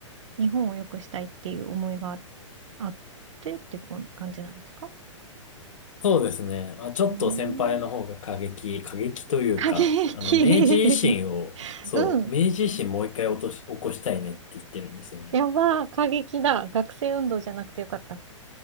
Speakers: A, on the right (about 70°); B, on the left (about 80°).
A: 日本を良くしたいっていう思いがあってってこん感じなんですか
B: そうですね。あ、ちょっと先輩の方が過激、
A: うーん、
B: 過激というか、
A: 過激
B: あの、明治維新を、
A: <laughs>
B: そう、
A: うん。
B: 明治維新もう一回落とし、起こしたいねって言ってるんですよね。
A: やばー、過激だ。学生運動じゃなくてよかった。